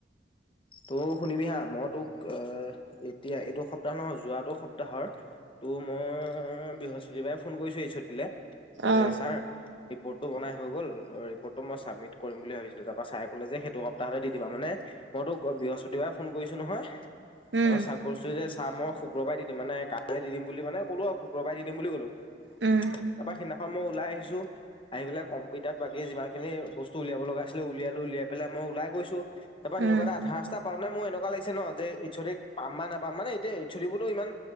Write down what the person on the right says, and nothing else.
অ
উম
উম।
উম উম